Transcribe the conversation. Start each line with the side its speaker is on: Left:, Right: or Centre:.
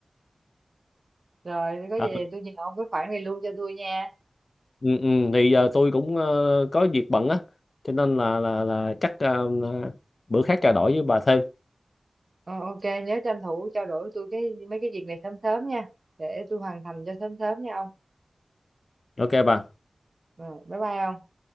Right: Rồi, nếu có gì
Left: À,
Right: thì tôi nhờ ông cái khoản này luôn cho tôi nha.
Left: Ừ, ừ, thì giờ tôi cũng ờ, có việc bận á cho nên là là là chắc ờ, bữa khác trao đổi với bà thêm
Right: Ờ, ok, nhớ tranh thủ trao đổi với tôi cái mấy cái việc này sớm sớm nha. Để tôi hoàn thành cho sớm sớm nha ông.
Left: ok bà
Right: Ờ, bye bye ông.